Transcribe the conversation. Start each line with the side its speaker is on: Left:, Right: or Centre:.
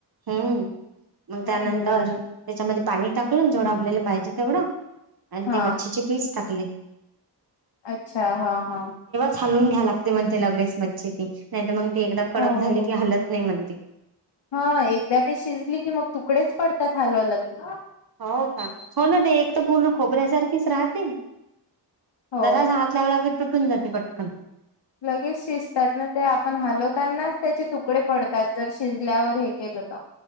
Right: हम्म मग त्यानंतर
Left: हम्म
Right: त्याच्या मध्ये पाणी टाकलं जेवढं आपल्याला पाहिजे तेवढं आणि
Left: हा
Right: ते मच्छीचे पीस टाकले.
Left: अच्छा हा हा
Right: हालवून घ्याव लागते म्हणते लगेच मच्छी ती नाही तर मग ती एकदा कडक
Left: हो
Right: झाली की हलत नाही मग ते
Left: हा एकदा ते शिजली की मग तुकडेच पडतात हलवलं की
Right: हो का? हो ना ते एक तर पूर्ण खोबऱ्या सारखीच राहते.
Left: हो
Right: जरा सा हात लावला की तुटून जाते पटकन
Left: लगेच शिजतात ना ते आपण हलवतानाच त्याचे तुकडे पडतात जर शिजल्यावर हे केलं त